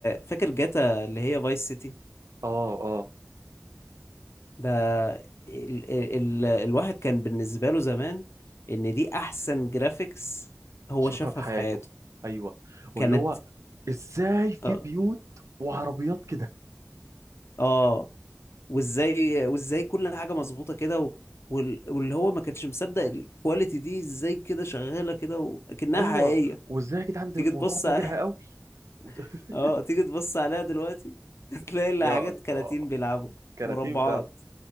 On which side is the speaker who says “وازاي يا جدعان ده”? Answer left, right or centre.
Right